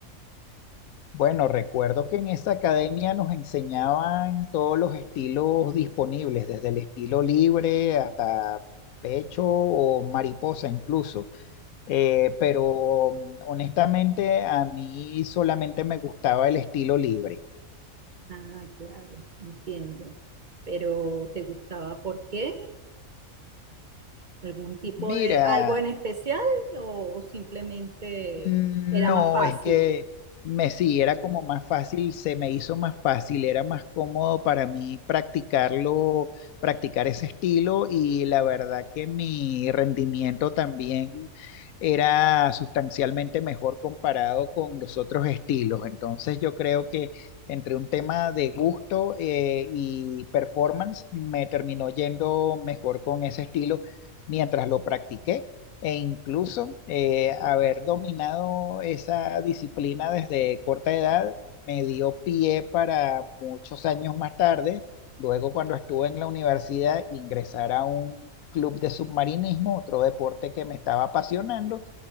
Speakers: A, on the left; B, on the right.
A: Bueno, recuerdo que en esa academia nos enseñaban todos los estilos disponibles, desde el estilo libre hasta pecho o mariposa incluso. Eh, pero mm, honestamente a mí solamente me gustaba el estilo libre.
B: Ah, claro, entiendo. Pero ¿te gustaba por qué? ¿Algún tipo
A: Mira,
B: de algo en especial o simplemente
A: No,
B: era más fácil?
A: es que me sí, era como más fácil, se me hizo más fácil, era más cómodo para mí practicarlo, practicar ese estilo y la verdad que mi rendimiento también era sustancialmente mejor comparado con los otros estilos. Entonces yo creo que entre un tema de gusto eh, y performance me terminó yendo mejor con ese estilo mientras lo practiqué e incluso eh, haber dominado esa disciplina desde corta edad me dio pie para muchos años más tarde, luego cuando estuve en la universidad, ingresar a un club de submarinismo, otro deporte que me estaba apasionando